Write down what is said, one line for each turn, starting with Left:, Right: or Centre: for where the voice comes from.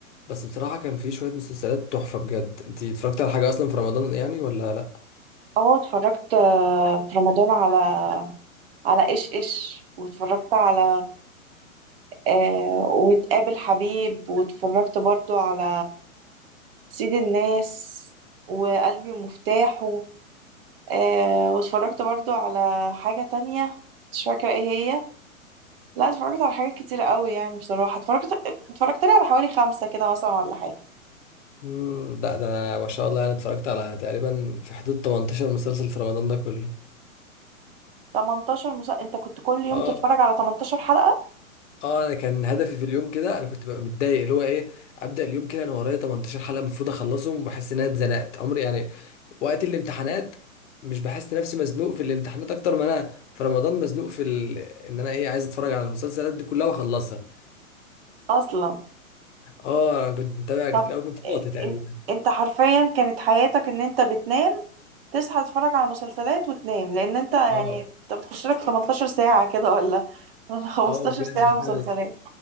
Left: بس بصراحه كان في شويه مسلسلات تحفه بجد انت اتفرجت على حاجه اصلا في رمضان يعني ولا لا
Right: اه اتفرجت آه، في رمضان على على ايش ايش واتفرجت على آه وتقابل حبيب واتفرجت برضو على سيد الناس وقلبي ومفتاحه آه واتفرجت برضو على حاجة تانية مش فاكرة ايه هي لا اتفرجت على حاجات كتير قوي يعني بصراحة اتفرجت اتفرجت لي على حوالي خمسة كده مثلا ولا حاجة
Left: امم لا ده انا ما شاء الله انا اتفرجت على تقريبا في حدود 18 مسلسل في رمضان ده كله
Right: 18 مسلسل انت كنت كل يوم
Left: اه
Right: تتفرج على 18 حلقة
Left: اه انا كان هدفي في اليوم كده انا كنت ببقى متضايق اللي هو ايه ابدا اليوم كده انا ورايا 18 حلقه المفروض اخلصهم وبحس ان انا اتزنقت عمري يعني وقت الامتحانات مش بحس نفسي مزنوق في الامتحانات اكتر ما انا في رمضان مزنوق في ال... ان انا ايه عايز اتفرج على المسلسلات دي كلها واخلصها
Right: اصلا
Left: اه انا كنت متابع كتير
Right: طب
Left: قوي كنت فاضي تقريبا
Right: ان- انت حرفيا كانت حياتك ان انت بتنام تصحى تتفرج على مسلسلات وتنام لان انت يعني
Left: اه
Right: انت بتخش لك 18 ساعة كده ولا <laughs> ولا 15
Left: اه بجد
Right: ساعة مسلسلات
Left: فعلا